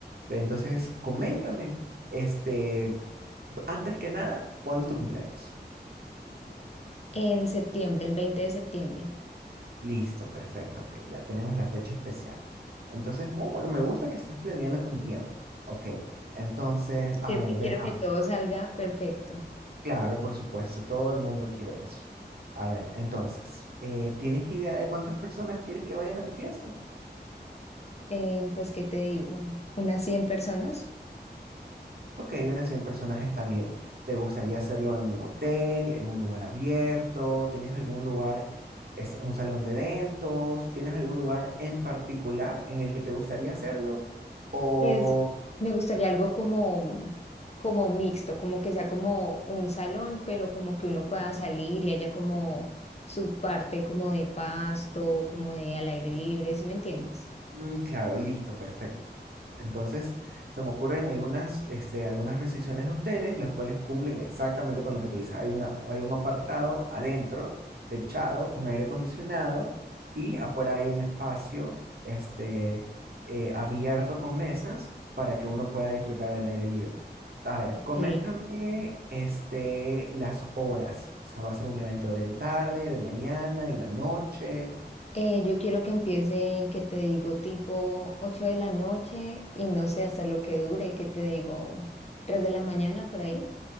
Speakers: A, on the right; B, on the left.
A: Entonces, coméntame, este, antes que nada, ¿cuándo es tu cumpleaños?
B: en septiembre, el 20 de septiembre?
A: Listo, perfecto, ok, ya tenemos la fecha especial. Entonces, oh, bueno, me gusta que estás planeando con tiempo. Ok, entonces, a
B: Si Es
A: ver,
B: que
A: veamos.
B: quiero que todo salga perfecto.
A: Claro, por supuesto, todo el mundo quiere eso. A ver, entonces, eh, ¿tienes idea de cuántas personas quieres que vayan a tu fiesta?
B: Eh, pues, ¿qué te digo? ¿Unas 100 personas?
A: Ok, unas 100 personas está bien. ¿Te gustaría hacerlo en un hotel, en un lugar abierto? ¿Tienes algún lugar, es un salón de eventos? ¿Tienes algún lugar en particular en el que te gustaría hacerlo? Mm. ¿O
B: Pues me gustaría algo como, como mixto, como que sea como un salón, pero como que uno pueda salir y haya como su parte como de pasto, como de al aire libre, ¿sí me entiendes?
A: Mm, claro, listo, perfecto. Entonces, se me ocurren algunas, este, algunas recepciones de hoteles, las cuales cumplen exactamente con lo que tú dices. Hay una, hay un apartado adentro, techado, con aire acondicionado, y afuera hay un espacio, este, eh, abierto con mesas para que uno pueda disfrutar del aire libre. A ver,
B: Ok.
A: coméntame, este, las horas. O sea, va a ser un evento de tarde, de mañana, en la noche.
B: Eh, yo quiero que empiece, que te digo, tipo ocho de la noche y no sé hasta lo que dure, que te digo, 3 de la mañana por ahí.